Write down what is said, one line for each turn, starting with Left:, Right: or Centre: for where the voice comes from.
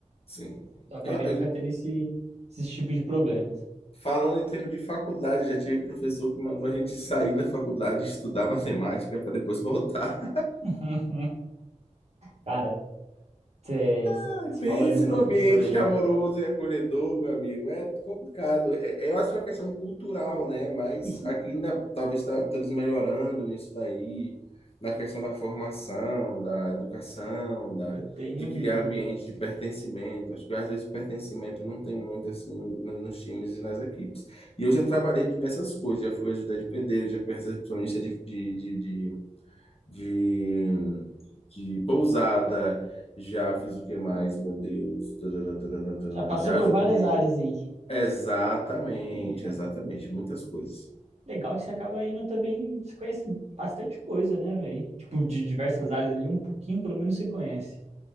Left: Sim.
Right: Então eu acabei
Left: Eu- eu-
Right: nunca tendo esse, esse tipo de problemas.
Left: falando em termos de faculdade, já tive professor que mandou a gente sair da faculdade, estudar matemática para depois voltar.
Right: <laughs> Cara, Você
Left: Ai, pense
Right: falou de um professor
Left: no ambiente
Right: aí.
Left: amoroso e acolhedor, meu amigo. É complicado. É, é, eu acho que é uma questão cultural, né? Mas
Right: <laughs>
Left: aqui ainda talvez tá- estamos melhorando nisso daí, na questão da formação, da educação, da,
Right: Eu tenho
Left: de
Right: um.
Left: criar ambiente de pertencimento. Acho que às vezes o pertencimento não tem muito assim no- no- nos times e nas equipes. E eu já trabalhei diversas coisas, já fui ajudante de pedreiro, já fui recepcionista de, de, de, de de, de pousada, já fiz o que mais, meu Deus, tarará, tarará, tarará,
Right: Já passou
Left: já
Right: por
Left: ajudei.
Right: várias áreas
Left: a-
Right: aí.
Left: Exatamente,
Right: Olha.
Left: exatamente, muitas coisas.
Right: Legal que você acaba indo também. Você conhece bastante coisa, né, velho? Tipo, de diversas áreas ali, um pouquinho pelo menos você conhece.